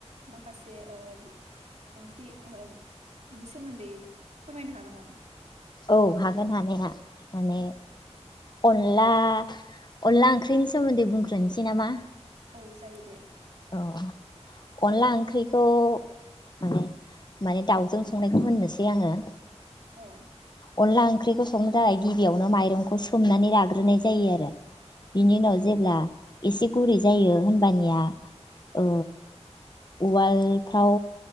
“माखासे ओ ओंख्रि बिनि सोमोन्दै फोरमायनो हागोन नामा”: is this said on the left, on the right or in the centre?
Right